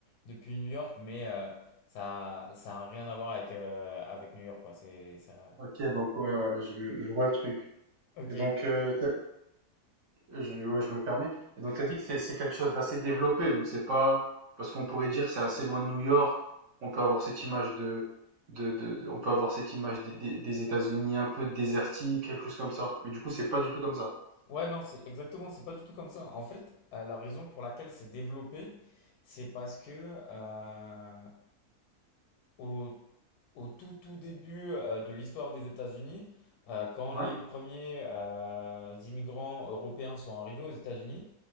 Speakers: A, on the left; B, on the right.
A: depuis New York, mais euh, ça, ça a rien à voir avec, euh, avec New York, quoi. C'est ça.
B: Ok, donc ouais, ouais, je, je vois le truc.
A: Ok.
B: Et donc, euh, Je, ouais, je me permets. Et donc, tu as dit que c'est c'est quelque chose d'assez développé. Donc, c'est pas parce qu'on pourrait dire c'est assez loin de New York. On peut avoir cette image de, de, de, de- on peut avoir cette image des, des, des États-Unis un peu désertiques, quelque chose comme ça. Mais du coup, c'est pas du tout comme ça.
A: Ouais, non, c'est exactement, c'est pas du tout comme ça. En fait, euh, la raison pour laquelle c'est développé, c'est parce que euh, au, au tout tout début euh, de l'histoire des États-Unis, euh, quand
B: Ouais.
A: les premiers euh, immigrants européens sont arrivés aux États-Unis,